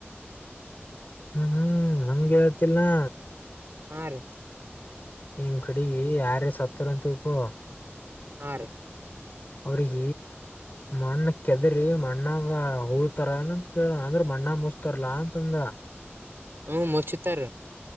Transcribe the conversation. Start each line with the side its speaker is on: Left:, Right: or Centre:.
Left: ಹ್ಮ್ ಹ್ಮ್ ಹಂಗೆ ಹೇಳತ್ತಿಲ್ಲನಾ
Right: ಹ್ಮ ರಿ
Left: ನಿಮ್ ಕಡೆಗ ಯಾರೇ ಸತಾರ ಅಂತ ತಿಳಕೊ
Right: ಹಾ ರೀ
Left: ಅವ್ರಗ ಮಣ್ಣ ಕೆದರಿಿ ಮಣ್ಣಾಗ ಉೂಳ್ತಾರನಂತ ಕೇಳ ಅಂದ್ರ ಅಣ್ಣ ಮುಸ್ತರ್ಲಾ ಅಂತಂದ
Right: ಹ ಮಚ್ಚತಾರ